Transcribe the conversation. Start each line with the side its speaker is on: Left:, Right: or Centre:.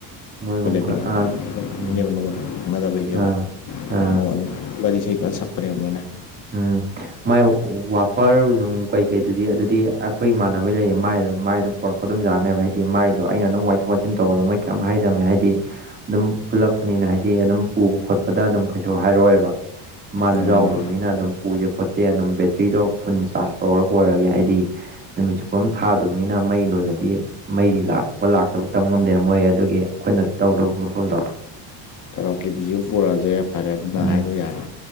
Right: ꯃꯣꯏꯒꯨꯝ
Left: ꯍꯂꯦꯕꯤꯗꯅꯦꯕ
Right: ꯈꯔ ꯑ ꯎꯝ
Left: ꯅꯣꯡꯉ ꯃꯖꯕꯩ ꯏꯅꯤꯕ
Right: ꯑꯥ ꯑꯥ
Left: ꯑꯗꯨ ꯋꯥꯔꯤꯗꯤ ꯁꯕ ꯁꯛꯄꯅꯦꯕꯅꯣꯏꯅ
Right: ꯎꯝ ꯃꯥꯏ ꯋꯥ ꯐꯔ ꯅꯨꯡ ꯀꯩꯀꯩꯗꯨꯗꯤ ꯑꯗꯨꯗꯤ ꯑꯩꯈꯣꯏ ꯏꯃꯥꯟꯅꯕꯩ ꯂꯩꯌꯦ ꯃꯥꯏ ꯃꯥꯏ ꯑꯗꯨꯝ ꯄꯣꯔꯛꯄ ꯑꯗꯨꯝ ꯌꯥꯥꯅꯦꯕ ꯍꯥꯏꯗꯤ ꯍꯥꯏ ꯃꯥꯏꯗꯣ ꯑꯩꯅ ꯑꯗꯨꯝ ꯋꯥꯏꯊꯣꯛ ꯋꯥꯏꯁꯤꯟ ꯇꯧꯕ ꯑꯗꯨ ꯃꯣꯏ ꯀꯌꯥꯝ ꯍꯥꯏꯗꯝꯃꯦ ꯍꯥꯏꯗꯤ ꯑꯗꯨꯝ ꯄꯨꯜꯂꯛꯄꯅꯤꯅ ꯍꯥꯏꯗꯤ ꯑꯗꯨꯝ ꯄꯨꯕ ꯈꯣꯠꯄꯗ ꯑꯗꯨꯝ ꯀꯩꯁꯨ ꯍꯥꯏꯔꯣꯏꯏꯕ ꯃꯥꯖ
Left: ꯌꯥꯏꯌꯦ
Right: ꯌꯥꯎꯗꯣꯃꯤ ꯅ ꯑꯗꯨꯝ ꯄꯨꯁꯦ ꯈꯣꯠꯁꯦ ꯑꯗꯨꯝ ꯕꯦꯇ꯭ꯔꯤꯗꯣ ꯐꯨꯟ ꯆꯥꯔꯖ ꯇꯧꯔꯒ ꯄꯨꯔꯒꯦ ꯍꯥꯏꯗꯤ ꯅꯨꯃꯤꯠ ꯆꯨꯞꯄꯝ ꯊꯥꯗꯕꯅꯤꯅ ꯃꯩ ꯂꯣꯏꯒꯗꯤ ꯃꯩꯒꯤ ꯂꯥꯛꯄ ꯂꯥꯛꯇꯕ ꯇꯝ ꯉꯝꯗꯦꯅ ꯃꯣꯏ ꯑꯗꯨꯒꯤ ꯑꯩꯈꯣꯏꯅ ꯇꯧꯗꯧꯕ ꯃꯐꯝꯗꯣ
Left: ꯀꯔꯧꯀꯤꯕꯤꯁꯤꯝ ꯄꯨꯔꯛꯑꯁꯦ ꯐꯔꯦ ꯑꯗꯨꯅ
Right: ꯎꯝ
Left: ꯍꯥꯏꯗꯣ ꯌꯥꯔꯦ